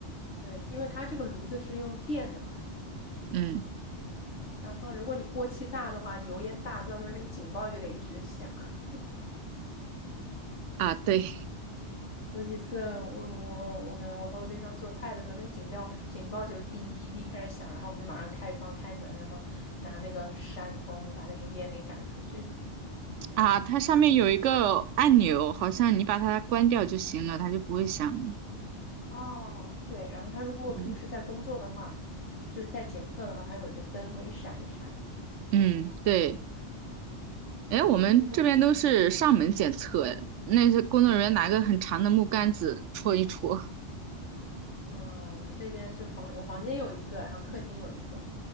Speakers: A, on the left (about 75°); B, on the right (about 90°).
A: 对，因为它这个炉子是用电的嘛，
B: 嗯
A: 然后如果你锅气大的话，你油烟大，到时候那个警报就得一直响。<laughs>
B: 啊，对，
A: 有几次我我我们我和我对象做菜的时候，那个警报警报就滴滴滴开始响，然后我们就马上开窗开门，然后拿那个扇风把那个烟给赶出去。
B: 啊，它上面有一个按钮，好像你把它关掉就行了，它就不会响。
A: 哦，对，然后它如果平时在工作的话，
B: 嗯
A: 就是在检测的话，它有一个灯会一闪一闪
B: 嗯，对。
A: 嗯，
B: 哎，我们这边都是上门检测，
A: 其实我们
B: 哎那些工作人员拿个很长的木杆子戳一戳。
A: 嗯、我们这边就是房，我房间有一个，然后客厅有一个。